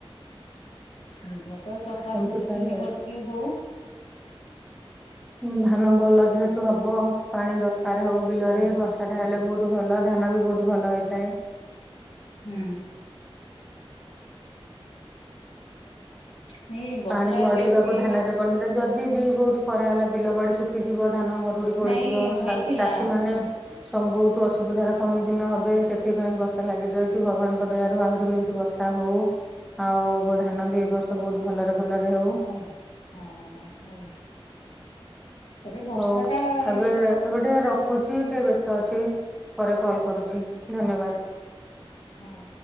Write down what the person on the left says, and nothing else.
ମେଘ ତ ଚଷା
ଖୋଜୁଛି
ମେଘ
ଟିକେ ହଉ।
ହଁ ହଁ
ହୁଁ। ନାଇଁ ବର୍ଷା
ଟା
ଏବେ ଟିକେ
ନାଇଁ ହେଇଥିଲା
ହୁଁ
ବ ହଁ, ତାପରେ ବର୍ଷା
ଟା ହେଲେ
ହଉ।